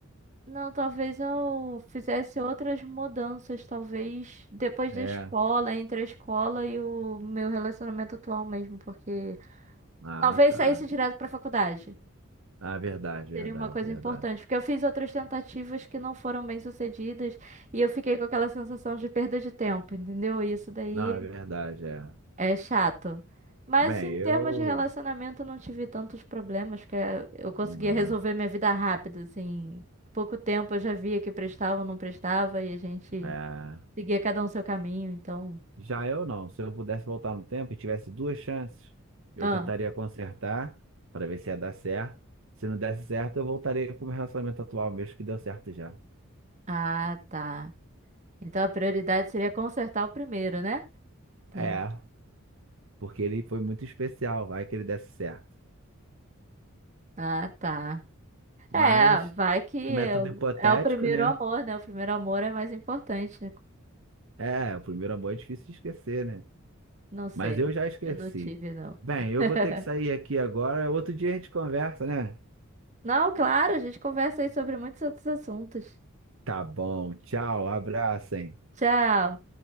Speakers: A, on the right; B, on the right.
A: Não, talvez eu fizesse outras mudanças, talvez depois
B: É.
A: da escola, entre a escola e o meu relacionamento atual mesmo, porque
B: Ah,
A: talvez
B: tá.
A: saísse direto pra faculdade.
B: Ah, verdade,
A: Seria
B: verdade,
A: uma coisa
B: verdade.
A: importante, porque eu fiz outras tentativas que não foram bem sucedidas e eu fiquei com aquela sensação de perda de tempo, entendeu? E isso daí
B: Não, é verdade, é.
A: É chato. Mas
B: Bem,
A: em
B: eu.
A: termos de relacionamento, eu não tive tantos problemas, porque eu conseguia
B: hum,
A: resolver minha vida rápido, assim. Pouco tempo eu já via que prestava ou não prestava, e a gente
B: É.
A: seguia cada um seu caminho, então.
B: Já eu não. Se eu pudesse voltar no tempo e tivesse duas chances, eu
A: Ah,
B: tentaria consertar para ver se ia dar certo. Se não desse certo, eu voltaria pro meu relacionamento atual mesmo, que deu certo já.
A: ah, tá. Então a prioridade seria consertar o primeiro, né? Entendi.
B: É, porque ele foi muito especial, vai que ele desse certo.
A: Ah, tá.
B: Mas,
A: É, vai que é,
B: como é tudo
A: o
B: hipotético,
A: é o primeiro
B: né?
A: amor, né? O primeiro amor é mais importante, né?
B: É, o primeiro amor é difícil de esquecer, né?
A: Não sei.
B: Mas eu já esqueci.
A: Eu não tive, não.
B: Bem, eu
A: <laughs>
B: vou ter que sair aqui agora. Outro dia a gente conversa, né?
A: Não, claro, a gente conversa aí sobre muitos outros assuntos.
B: Tá bom, tchau, abraço, hein?
A: Tchau.